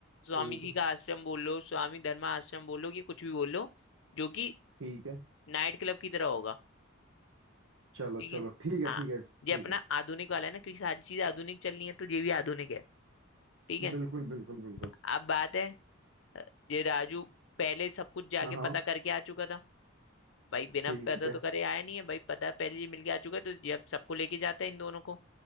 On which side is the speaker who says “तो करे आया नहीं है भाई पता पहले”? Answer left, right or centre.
Left